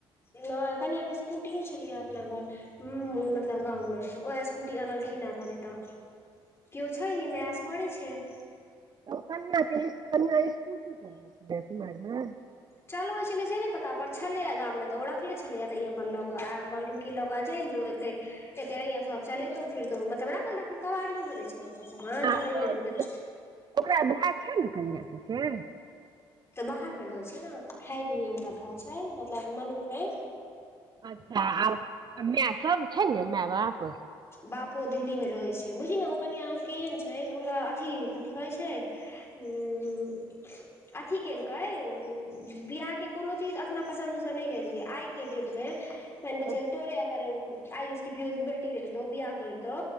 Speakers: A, on the left; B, on the right.
A: नै कनिया के स्कूटियो छलैयै अपना घर मतलब गांव में वैहै स्कूट कुटी अनलखिन है एखन ऐत केओ छै नै माय असगरे छैय।
B: त ओ कनिआ के स्कू कनिआ स्कूटी चलबै छैलै कुमारि में?
A: चलबै छलै से नै पता पर छलैए गाम मे तऽ ओ रखले छलैया तऽ ई अपन लऽ कऽ आयब कहलखिन की ल कऽ चैल जो एतै एते रैहिया सब चलेैतौ फिरतो मतलब राखल राखल कबाड़ियो भऽ जाइ छै ने ओसब समान
B: आ ओ
A: तऽ आन लेलकै
B: की
A: त
B: कहै छै ओकरा भाय छै ने कनिआ के से।
A: तऽ बाहर मे रहै छै ने खाय पियए वला भए छै मतलब मनुख नै।
B: अच्छा आब कनिया सब छै न माय- बाप।
A: बापो दिल्ली मे रहै छै बुझही नै ओ कनियां केहन छै जे ओकरा अथी कथि कहै छैय उं उं उं अथी केलकै बियाहके कोनो चीज अपना पसन्दसँ नै लेलकै आइ के डेट मे मानि के चल
B: हँ
A: तोरे अगर आयुष की पियुष बेटी रहितौ बियाह करितौ